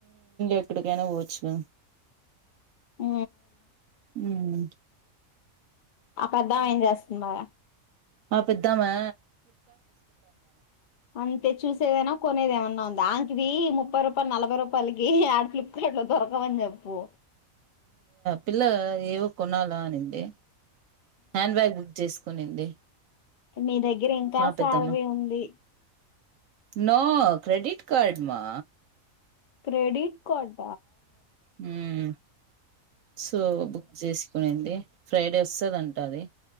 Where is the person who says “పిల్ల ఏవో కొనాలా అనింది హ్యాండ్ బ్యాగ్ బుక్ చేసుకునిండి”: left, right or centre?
Right